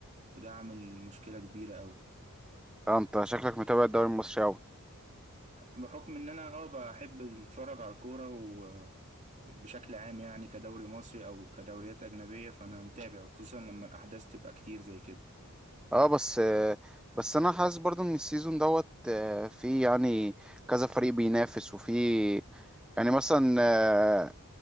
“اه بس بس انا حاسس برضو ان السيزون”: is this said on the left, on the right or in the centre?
Centre